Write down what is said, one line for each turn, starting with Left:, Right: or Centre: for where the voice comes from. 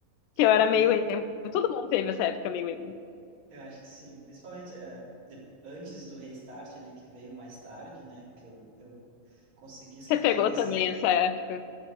Right: eu
Left: Que eu
Right: preferia,
Left: era meio emo. Todo mundo teve essa época meio emo.
Right: eu acho que sim, principalmente eh, de- antes do Restart, ele que veio mais tarde, né, que eu, eu consegui escapar
Left: Você pegou
Right: dessa
Left: também essa época?